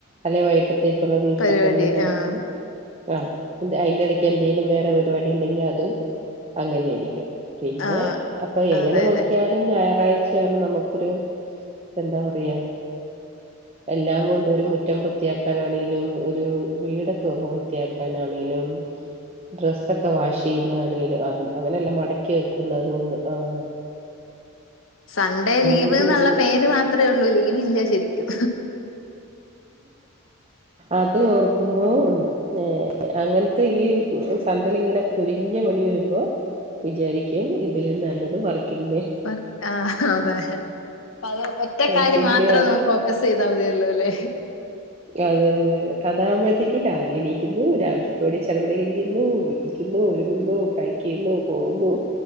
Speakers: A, on the right; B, on the left.
A: അല്ലേ വൈകിട്ടത്തേക്കുള്ള വീട്ടിലെപണിയും
B: പരിപാടി
A: തെരക്കും
B: ആഹ്
A: ആഹ്, അതിന്റെയിടയ്ക്ക് എന്തേ ലും വേറെപരിപാടിയുണ്ടെങ്കിഅ തും അങ്ങനെയാരിക്കും പിന്നെ
B: ആഹ്
A: അപ്പൊ, എങ്ങനെ
B: അതെ
A: നോക്കിയാലുംഞായറാഴ്ച്ചയാണ്
B: അതെ
A: നമുക്കൊരു എന്താ പറയാ എല്ലാംകൊണ്ടും, ഒരു മുറ്റം വൃത്തിയാക്കാനാണെങ്കിലും ഒരു വീടൊക്കെയൊന്നു വൃത്തിയാ എന്നാണേലും, ഡ്രസൊക്കെ വാഷുചെയ്യുന്നതാണേലും ആഹ് അങ്ങനെയല്ല മടക്കി വെക്കുന്നതുകൊണ്ട് ആഹ്
B: സൺഡേ, ലീവെന്നുള്ള
A: കൂടി ഒരു
B: പേരുമാത്രമേയുള്ളൂ. ലീവില്ല ശെ രിക്കും
A: അതോർക്കുമ്പോ ഏഹ്.. അങ്ങനത്തെയീ സൺഡേയിലിങ്ങനെ പൊരിഞ്ഞ പണി വരുമ്പൊ വിചാരിക്കും ഇതിലുംനല്ലത് വർക്കിംഗ്ഡേ
B: വർ, ആഹ്, അതെ അതൊരൊറ്റക്കാര്യം
A: വർക്കിംഗ്
B: മാത്രം
A: ഡേ ആണ്
B: നോക്കു ഗസ്സ് ചെയ്താൽ മതിയല്ലോല്ലേ
A: അതെ, അതെ, അതെ അതാകുമ്പോഴ ത്തേക്കു രാവിലെയെണീക്കുന്നു, രാവിലത്തെ കൂടി ചടുപടെയരിയുന്നു കുളിക്കുന്നു, ഒരുങ്ങുന്നു പായ്ക്കുചെയ്യുന്നു, പോവുന്നു,